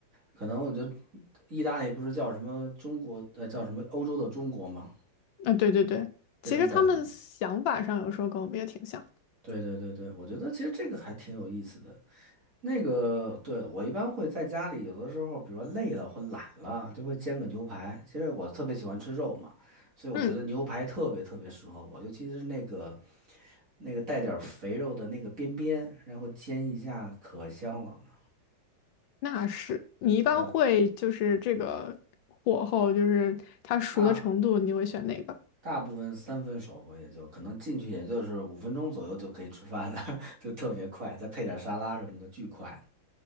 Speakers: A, on the right; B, on the left.
A: 可能我觉得意大利不是叫什么中国，呃，叫什么欧洲的中国吗？
B: 啊，对对对，
A: 这种感觉。
B: 其实他们想法上有时候跟我们也挺像。
A: 对对对对，我觉得其实这个还挺有意思的。那个，对，我一般会在家里，有的时候，比如说累了或懒了，就会煎个牛排。其实我特别喜欢吃肉嘛，所以我觉得牛排特别特别适合我，
B: 嗯，
A: 尤其是那个那个带点儿肥肉的那个边边，然后煎一下，可香了呢
B: 那是你一般会就是这个火候，
A: 对，
B: 就是它熟的程度，
A: 大
B: 你会选哪个？
A: 大部分三分熟吧，也就可能进去也就是五分钟左右就可以吃饭了，<laughs> 就特别快，再配点沙拉什么的，巨快。